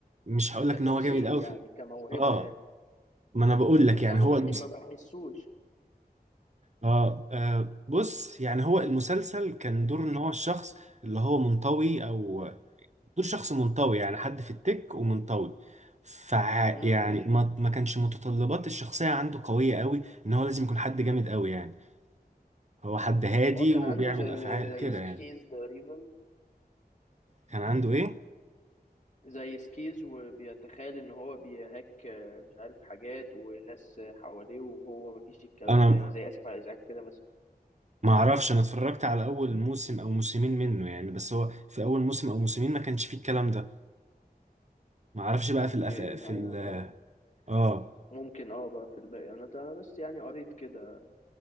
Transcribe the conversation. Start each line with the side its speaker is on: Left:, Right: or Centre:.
Right: مش هقول
Left: كتمثيل
Right: لك ان هو جامد قوي
Left: يعني
Right: فيه
Left: كموهبة
Right: اه
Left: يعني
Right: ما انا بقول لك
Left: بس
Right: يعني
Left: انا ما
Right: هو
Left: بح-
Right: المس...
Left: ما بحسوش
Right: آه, اه بص يعني هو المسلسل كان دور ان هو الشخص اللي هو منطوي او دور شخص منطوي يعني حد في التك ومنطوي فع
Left: مم.
Right: يعني ما ما كانش متطلبات الشخصية عنده قوية قوي ان هو لازم يكون حد جامد قوي يعني هو حد هادي
Left: هو كان
Right: وبيعمل
Left: عنده زي
Right: افعال
Left: زي
Right: كده
Left: سكيز
Right: يعني
Left: تقريبا
Right: كان عنده ايه
Left: زي سكيز وبيتخيل ان هو بيهاك آه، مش عارف حاجات وناس حواليه وهو ما فيش الكلام
Right: انا
Left: ده يعني زي اسف على الازعاج كده مثلا
Right: ما اعرفش انا اتفرجت على اول موسم او موسمين منه يعني بس هو في اول موسم او موسمين ما كانش فيه الكلام ده ما اعرفش بقى
Left: اوكي
Right: في الأف... في
Left: انا
Right: ال...
Left: آه،
Right: اه
Left: ممكن اه بقى في الباقي انا انا بس يعني قريت كده